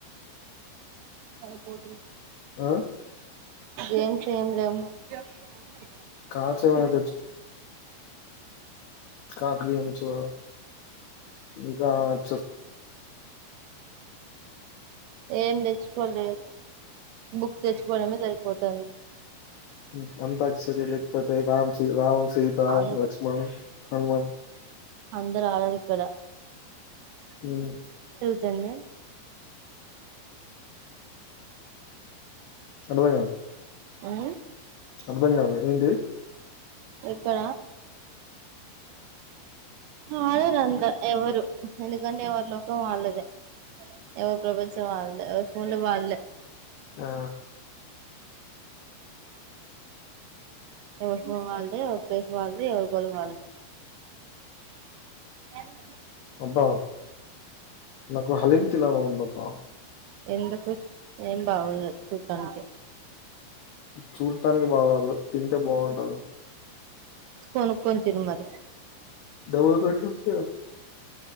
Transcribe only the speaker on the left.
ఆహ్.
కార్డ్స్ ఏమైనా కాకి గమించువ ఇంకా చుస్.
ఉమ్ అంతా. ఇది లేకపోతే రామ్ సి రామ్ సీత
లక్ష్మణ్ హనుమన్.
ఉమ్.
అర్థం కాదు
అర్థం కాదు ఏంటి
ఆ
అబ్బా నాకు హలీం తినాలి అని ఉంది అబ్బా.
చూడటానికి బాగోదు తింటే బాగుంటది.
డోర్ పెట్టేసుకో.